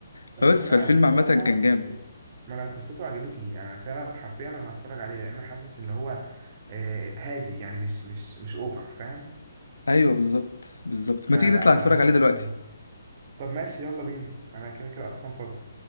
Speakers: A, on the left; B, on the right.
A: فبس
B: بس انا
A: فالفيلم
B: بصراحه
A: عامه كان جامد
B: ما انا قصته عجبتني انا فعلا حرفيا انا هتفرج عليه لان حاسس ان هو آه، هادي يعني مش مش مش اوفر فاهم
A: ايوه بالظبط بالظبط ما
B: فلا
A: تيجي نطلع نتفرج
B: هتفرج
A: عليه دلوقتي
B: عليه طب ماشي يلا بينا انا كده كده اصلا فاضي